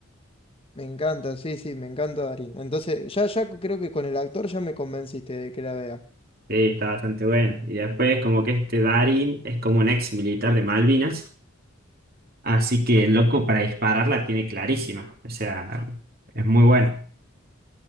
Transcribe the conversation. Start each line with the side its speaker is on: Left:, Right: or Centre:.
Left: Me encanta, sí, sí, me encanta Darín. Entonces, ya, ya creo que con el actor ya me convenciste de que la vea.
Right: Sí, está bastante buena. Y después, como que este Darin es como un ex militar de Malvinas, así que el loco para disparar la tiene clarísima. O sea, es muy bueno.